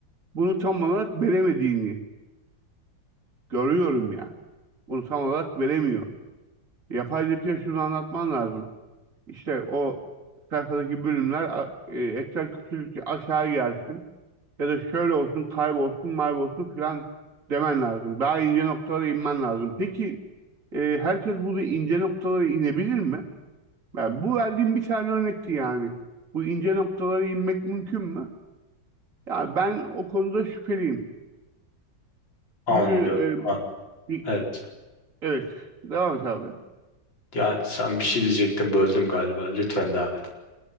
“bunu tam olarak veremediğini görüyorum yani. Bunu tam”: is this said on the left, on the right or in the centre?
Right